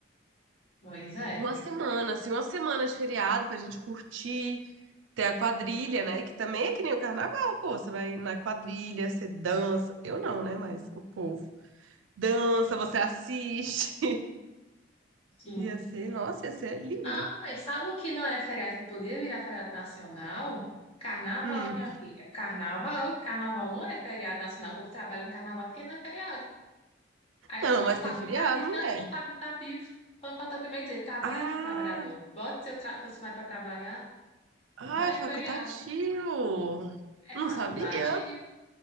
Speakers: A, on the left; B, on the right.
A: Pois é.
B: Uma semana, assim, uma semana de feriado pra gente curtir, ter a quadrilha, né? Que também é que nem o carnaval, pô. Você vai na quadrilha, você dança. Eu não, né? Mas o povo dança, você assiste. <laughs>
A: Sim.
B: Ia ser, nossa, ia ser lindo.
A: Ah, mas sabe o que não é feriado que poderia virar feriado nacional? Carnaval,
B: Hum.
A: minha filha. Carnaval. Carnaval não é feriado nacional. O povo trabalha no carnaval porque não é feriado. Aí,
B: Não,
A: ponto
B: mas
A: facultativo,
B: tem feriado, mulher.
A: tanto ponto facultativo, quando falta também dizer, trabalhe,
B: Ah,
A: trabalhador, bote seu, tra seu funcionário para trabalhar,
B: ah,
A: não é
B: é facultativo.
A: feriado, é
B: Não
A: facultativo,
B: sabia.